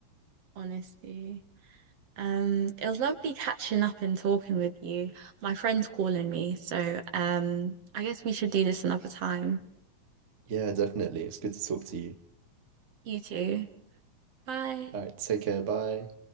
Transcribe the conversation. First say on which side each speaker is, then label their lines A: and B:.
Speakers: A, on the right (about 60°); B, on the right (about 30°).
A: Honestly. Um, it was lovely catching up and talking with you. My friend's calling me, so um, I guess we should do this another time.
B: Yeah, definitely. It's good to talk to you.
A: You too. Bye.
B: All right, take care. Bye.